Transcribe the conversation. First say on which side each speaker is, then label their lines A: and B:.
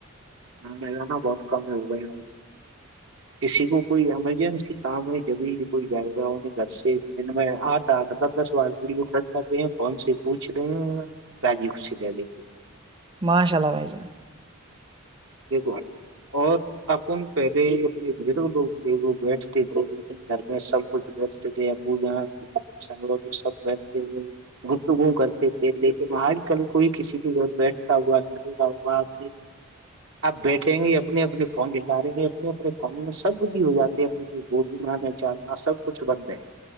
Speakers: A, on the right (about 65°); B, on the right (about 25°).
A: لگا بہت کم ہو گئے ہیں کسی کو کوئی ایمرجنسی کام ہے جب کوئی جائے گا انیں گھر سے جن میں آتا تو دس دس بار ویڈیو کال کر رہے ہیں فون سے پوچھ رہے ہیں بجی ک چ ل لے
B: ماشاء اللہ بھائی جان
A: دیکھو اور اپن پہلے اپنے بزرگ لوگ تھے وہ بیٹھتے تھے اپنے گھر میں سب کچھ بیچتے تھے پوجا س سب بیتے تھے گپتگو کرتے تھے لیکن آج کل کوئی کسی کے گھر بیٹھتا ہوا نہیںتا ہوا آمی آپ بیٹھیں گے اپنے اپنے فون نکھاریں گے اپنے اپنے فون میں سب ک بھی ہو جاتے ہیں اپنے گومنا میں چاننا سب کچھ بن گئے